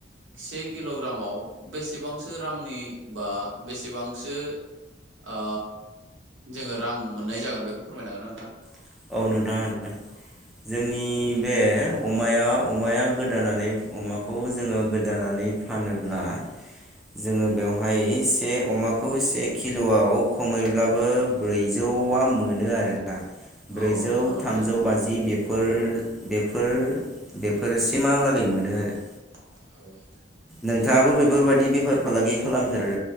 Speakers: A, on the right; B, in the centre.
A: से किल'ग्रामाव बेसेबांसो रांनि बा बेसेबांसो आ जोङो रां मोननाय जागोन बेखौ फोरमायनो हागोनना नोंथां?
B: <inaudible> ब्रैजौ
A: औ नंगौ नामा
B: थामजौ
A: नोंथां?
B: बाजि <unintelligible> बेफोर बेफोरसिमहालागै मोनो आरो
A: <unintelligible>
B: नोंथाङाबो बेफोरबायाददि बेफार फालांगि खालामफेर